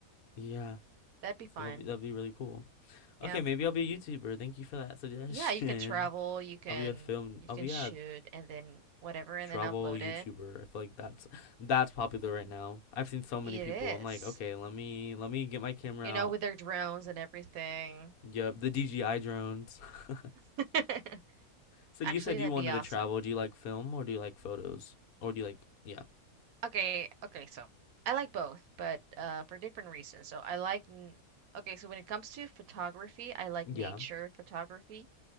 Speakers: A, on the left; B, on the right.
A: Yeah,
B: That'd be fun.
A: so that'd be that'd be really cool.
B: Yeah.
A: Okay, maybe I'll be a YouTuber. Thank you for that suggestion.
B: Yeah, you can travel,
A: <laughs>
B: you can
A: I'll be a film.
B: you
A: I'll
B: can
A: be
B: shoot
A: a
B: and then whatever and
A: travel
B: then upload
A: YouTuber.
B: it.
A: I feel like that's that's popular right now. I've seen so many
B: It
A: people.
B: is.
A: I'm like, okay, let me let me get my camera
B: You
A: out.
B: know, with their drones and everything.
A: Yep, the DJI drones. <laughs>
B: <laughs>
A: So
B: Actually,
A: you said
B: that'd
A: you wanted
B: be awesome.
A: to travel. Do you like film or do you like photos? Or do you like, yeah.
B: Okay, okay, so I like both, but uh for different reasons. So I like n- okay, so when it comes to photography, I like
A: Yeah.
B: nature photography.